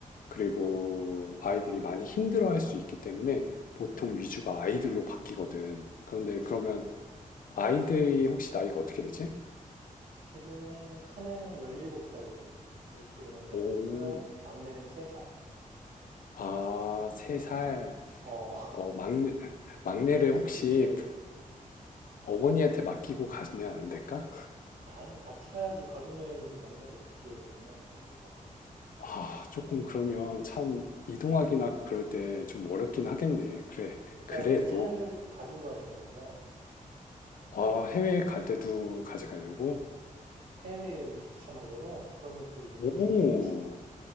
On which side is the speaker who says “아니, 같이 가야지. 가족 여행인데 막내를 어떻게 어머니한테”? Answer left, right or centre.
Right